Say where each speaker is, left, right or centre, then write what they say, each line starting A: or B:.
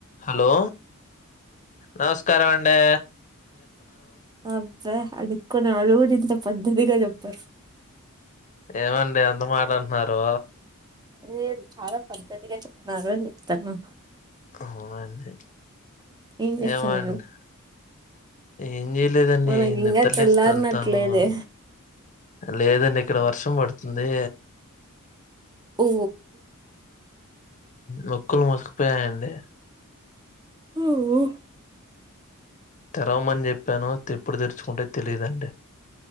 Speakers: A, on the left; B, on the right.
A: Hello నమస్కారం అండే
B: అబ్బా అడుక్కునే వాళ్ళు కూడ ఇంత పద్ధతిగా చెప్పరు
A: ఏమండి అంత మాట అంటన్నారు
B: లేదు చాలా పద్ధతిగా చెప్తున్నారు అని <unintelligible>
A: అవునండి
B: ఏం చేస్తున్నారు
A: ఏమండి ఏం చేయలేదండి
B: మనకి ఇంకా
A: నిద్రలేసి
B: తెల్లారినట్లేదే
A: తొళ్తానాను లేదండి ఇక్కడ వర్షం పడుతుంది
B: ఓ
A: మొక్కలు మోసుకుపోయాయండి
B: ఉ
A: తెరవమని చెప్పాను ఎప్పుడు తెరుచుకుంటయో తెలియదండి